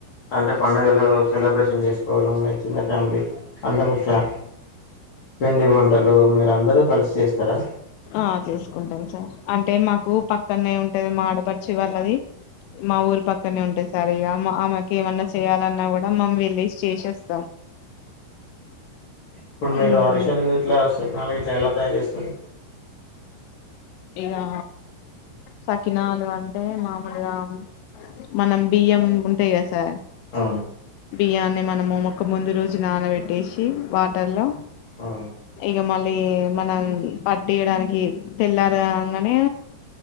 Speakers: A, on the left; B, on the left.
A: అంటే పండగలు సెలబ్రేషన్ చేసుకోవడం మీ చిన్న ఫ్యామిలీ అంటే మీ ఫ్యా పిండి వంటలు మీరందరు కలిసి చేస్తరా?
B: ఆ చేసుకుంటాం సార్ అంటే మాకు పక్కనే ఉంటది మా ఆడపడుచు వాళ్ళది మా
A: ఆ!
B: ఊరి పక్కనే ఉంటది సార్ ఇగ మా అమ్మకి ఏమన్న చేయాలన్న గుడం మనం వెళ్లేసి చేసేస్తాం.
A: ఇప్పుడు మీరు
B: ఉమ్
A: అరిషల్ గిట్ల సకినాల్ గిట్ల ఎలా తయారు చేస్తరు?
B: ఇగా సకినాలు అంటే మామూల్గా మనం బియ్యం ఉంటయిగా సార్
A: అ
B: బియ్యాన్ని మనము మొక్క ముందు రోజు నానబెట్టిసి వాటర్ లొ
A: ఆ
B: ఇగ మల్ ఏ మనం పట్టియడానికి తెల్లారు గంగానే